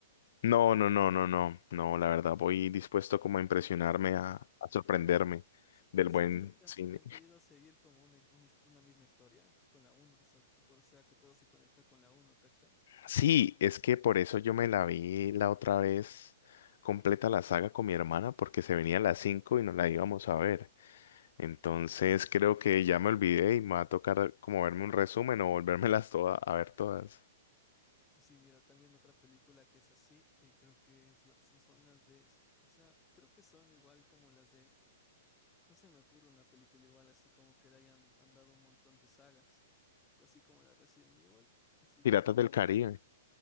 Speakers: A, on the left (about 55°); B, on the left (about 15°).
A: No, no, no, no, no, no, la verdad, voy dispuesto como a impresionarme, a, a sorprenderme del
B: Pero
A: buen
B: sí has visto que
A: cine.
B: han, que han querido seguir como una, una his- una misma historia con la uno O sea, que to- o sea, que todo se conecta con la uno ¿cachas?
A: Sí, es que por eso yo me la vi la otra vez completa la saga con mi hermana, porque se venía a las 5 y nos la íbamos a ver. Entonces creo que ya me olvidé y me va a tocar como verme un resumen o volvérmelas todas a ver todas.
B: Sí, mira, también otra película que es así, eh, creo que es la- son, son las de... O sea, creo que son igual como las de... No se me ocurre una película igual así como que le hayan han dado un montón de sagas, así como la Resident Evil, así
A: Piratas
B: como
A: del Caribe.